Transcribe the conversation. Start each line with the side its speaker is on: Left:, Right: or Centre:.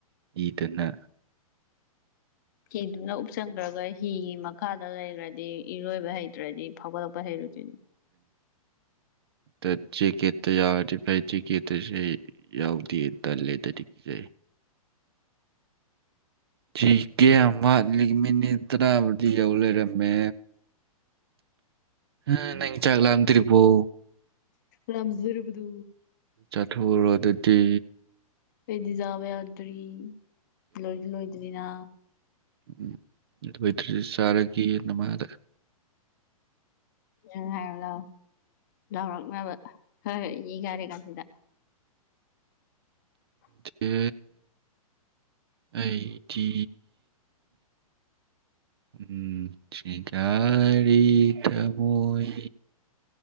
Right: ꯏꯗꯅ
Left: ꯍꯤꯗꯨꯅ ꯎꯞꯁꯟꯈ꯭ꯔꯒ ꯍꯤꯒꯤ ꯃ ꯃꯈꯥꯗ ꯂꯩꯈ꯭ꯔꯗꯤ ꯏꯔꯣꯏꯕ ꯍꯩꯇ꯭ꯔꯗꯤ ꯐꯥꯎꯒꯠꯂꯛꯄ ꯍꯩꯔꯣꯢꯗꯣꯏꯅꯤ <inaudible>
Right: ꯇ ꯖꯦꯛꯀꯦꯠꯇ ꯌꯥꯎꯔꯗꯤ ꯐꯩ ꯖꯦꯛꯀꯦꯠꯇꯁꯨꯦ ꯌꯥꯎꯗꯦ ꯇꯜꯂꯦ ꯑꯗꯨꯗꯤ ꯏꯆꯦ
Left: <inaudible> <inaudible>
Right: ꯊꯤ ꯀꯦ ꯑꯃ ꯃꯤꯅꯤꯠ ꯇꯔꯥꯕꯨꯗꯤ ꯌꯧ ꯂꯩꯔꯝꯃꯦ ꯎ ꯅꯪ ꯆꯥꯡꯂꯥꯝꯗ꯭ꯔꯤꯕꯣ
Left: ꯂꯥꯝꯖꯥꯔꯕꯗꯣ
Right: ꯆꯠꯊꯣꯎꯔꯣ ꯑꯗꯨꯗꯤ
Left: ꯑꯩꯗꯤ ꯆꯥꯕꯌꯗ꯭ꯔꯤ ꯂꯣꯏꯗꯤ ꯂꯣꯏꯗ꯭ꯔꯤꯅ
Right: ꯑꯝ ꯑꯗꯨ ꯑꯣꯢꯗꯔꯁꯨ ꯆꯥꯔꯒꯦ ꯅꯃꯥꯗ
Left: ꯎ ꯅꯪ ꯍꯥꯏꯔꯨꯂꯥꯎ ꯂꯥꯎꯔꯛꯅꯕ ꯈꯔ ꯌꯦꯡ ꯌꯥꯔꯤꯀꯥꯟꯖꯤꯗ <inaudible>
Right: ꯁꯦ ꯑꯩꯗꯤ ꯎꯝ ꯁꯤꯀ ꯔꯤ ꯊꯃꯣꯏ